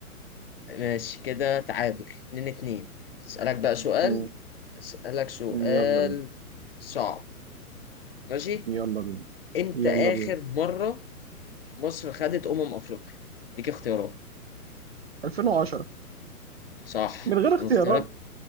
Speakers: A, on the left; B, on the right.
A: <laughs> ماشي كده تعادل اتنين اتنين اسألك بقى سؤال
B: مم.
A: اسألك سؤال
B: مم. يلا بينا
A: صعب ماشي
B: يلا بينا
A: امتى
B: يلا
A: آخر
B: بينا
A: مرة مصر خدت أمم أفريقيا ليك اختيارات
B: 2010
A: صح
B: من غير اختيارات
A: الاختيارات